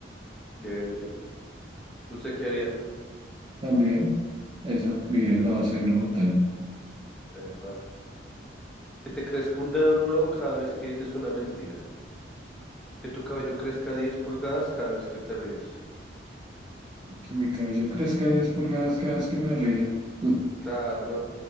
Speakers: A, in the centre; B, on the right.
A: Bien, bien. ¿Usted qué haría?
B: También, esa, vivir en la base de una montaña.
A: Epa. Que te crezca un dedo nuevo cada vez que dices una mentira. Que tu cabello crezca 10 pulgadas cada vez que te ríes.
B: Que mi cabello crezca 10 pulgadas cada vez que me ría. <laughs>
A: Claro,